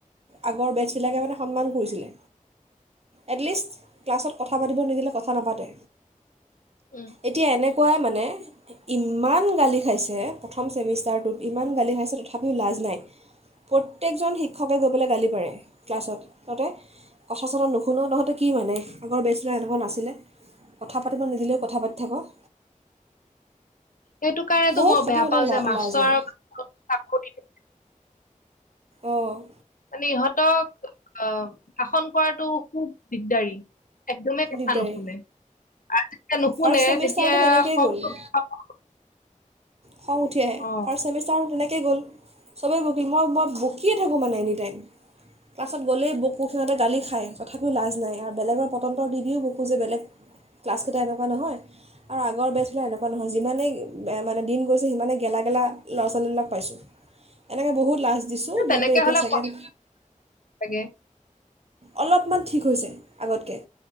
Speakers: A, on the right; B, on the left.
A: আগৰ বেছবিলাকে মানে সন্মান কৰিছিলে এটলিষ্ট ক্লাছত কথা পাতিব নিদিলে কথা নাপাতে
B: উম
A: এতিয়া এনেকুৱাই মানে ইমান গালি খাইছে প্ৰথম চেমিষ্টাৰটোত ইমান গালি খাইছে তথাপিও লাজ নাই প্ৰত্যেকজন শিক্ষকে গৈ পেলাই গালি পাৰে ক্লাছত তহঁতে কথা চতা নুশুন তহঁতে কি মানে আগৰ বেচুলাৰ এনেকুৱা নাছিলে কথা পাতিব নিদিলেও কথা পাতি থাক'
B: সেইটো কাৰণেতো
A: বহুত
B: মই
A: খতি
B: বেয়া পাওঁ যে মাষ্টৰ
A: লাজ নাই
B: চাকৰি
A: অঁ
B: মানে ইহঁতক আ শাসন কৰাটো খুব দিগদাৰী একদমেই কথা
A: দিগদাৰী
B: নুশুনে আৰু যেতিয়া নুশুনে
A: ফাৰ্ষ্ট ছেমিষ্টাৰটো
B: তেতিয়া
A: তেনেকৈয়ে গ'ল
B: <inaudible>
A: খং উঠি আহে
B: অ
A: ফাৰ্ষ্ট চেমিষ্টাৰত তেনেকৈ তেনেকেই গল ছবে বকিল ম মই বকিয়ে থাকোঁ মানে এনিটাইম ক্লাছত গলেই বকো সিহঁতে গালি খাই তথাপিও লাজ নাই আৰু বেলেগৰ পটন্তৰ দি দিওঁ বকো যে বেলেগ ক্লাছ গীতা এনেকুৱা নহয় আৰু আগৰ বেটচ বিলাক এনেকুৱা নহয় যিমানেই মানে দিন দিন গৈছে সিমানেই গেলা গেলা ল'ৰা ছোৱালীবিলাক পাইছোঁ এনেকে বহুত লাজ দিছোঁ দিওঁতে
B: তেনেকে
A: এতিয়া
B: হলে
A: ছেকেণ্ড
B: লাগে
A: অলপমান ঠিক হৈছে আগতকৈ